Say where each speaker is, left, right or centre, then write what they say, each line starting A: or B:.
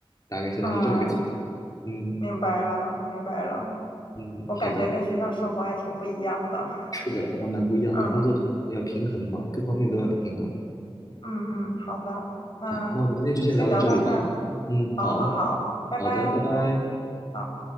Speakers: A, on the left; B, on the left.
A: 大概现在是这么个情况。
B: 嗯，
A: 嗯
B: 明白了明白了，
A: 嗯，
B: 我感觉跟学校生活还挺不一样的，
A: 好的，是的，还蛮不一样的。
B: 嗯
A: 工作上要平衡嘛，各方面都要平衡。
B: 嗯嗯，好的，那先聊到这儿，
A: 好，那我们今天就先聊到这里吧。嗯，
B: 好好好，
A: 好，
B: 拜拜。
A: 好的，拜拜。
B: 好。